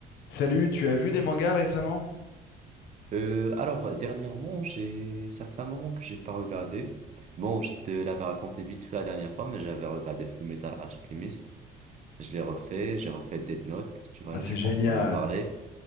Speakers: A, on the left; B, on the right.
A: Salut, tu as vu des mangas récemment?
B: Euh, alors, dernièrement, j'ai... ça fait un moment que j'ai pas regardé. Bon, je te l'avais raconté vite fait la dernière fois, mais j'avais regardé Fullmetal Alchemist. Je l'ai refait, j'ai refait Death Note. Tu vois,
A: Ah, c'est
B: je
A: génial.
B: pense qu'on en a parlé.